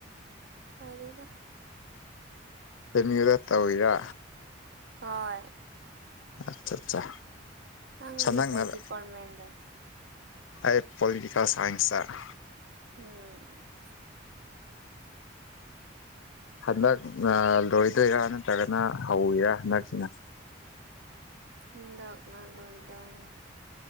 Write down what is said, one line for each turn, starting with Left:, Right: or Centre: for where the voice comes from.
Right: ꯐꯗꯦꯗ
Left: ꯑꯦꯝ ꯌꯨ ꯗ ꯇꯧꯔꯤꯔꯥ
Right: ꯍꯣꯏ
Left: ꯑꯆꯠꯆꯥ
Right: ꯅꯪꯗꯤ
Left: ꯁꯅꯥ
Right: ꯀꯩ
Left: <unintelligible>
Right: ꯗꯤꯄꯥꯔꯠꯃꯦꯟꯗꯣ
Left: ꯑꯩ ꯄꯣꯂꯤꯇꯤꯀꯦꯜ ꯁꯥꯏꯟꯁꯇ
Right: ꯎꯝ
Left: ꯍꯟꯗꯛꯅ ꯂꯣꯏꯗꯣꯏꯔꯥ ꯅꯠꯇ꯭ꯔꯒꯅ ꯍꯧꯋꯤꯔꯥ ꯍꯟꯗꯛꯁꯤꯅ
Right: ꯍꯟꯗꯛꯅ ꯂꯣꯏꯗꯧꯅꯦ